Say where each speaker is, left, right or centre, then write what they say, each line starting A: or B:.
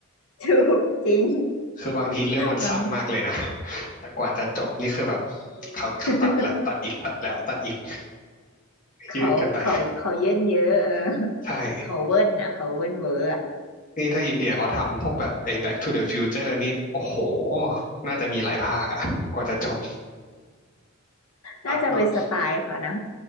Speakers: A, on the left; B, on the left.
A: ถูกจริง <laughs>
B: คือบางทีเรื่องมันสั้นมากเลยนะ
A: หลัง
B: แต่กว่าจะจบนี่คือแบบเขาเขาตัดแหละตัดอีกตัดแล้วตัดอีก
A: <laughs> เขาเขาเขาเยินเยอะเออ
B: ยืดกันไปใช่
A: เขาเวิ้นนะเขาเวิ้นเวอร์อะ
B: นี่ถ้าอินเดียเขาทำพวกแบบไอ้ Back to the Future นี่ โอ้โห น่าจะมีหลายภาคอะกว่าจะจบตัดแบบ
A: น่าจะเป็นสไตล์เขานะ